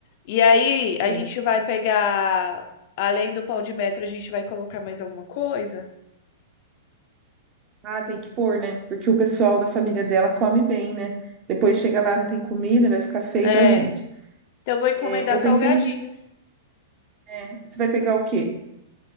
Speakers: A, on the left (about 45°); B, on the right (about 25°).
A: E aí,
B: beleza.
A: a gente vai pegar. Além do pão de metro, a gente vai colocar mais alguma coisa?
B: Ah, tem que pôr, né? Porque o pessoal da família dela come bem, né? Depois chega lá, não tem comida, vai ficar feio
A: É.
B: pra gente.
A: Então, eu vou encomendar
B: É, eu
A: salgadinhos.
B: pensei em. é, você vai pegar o quê?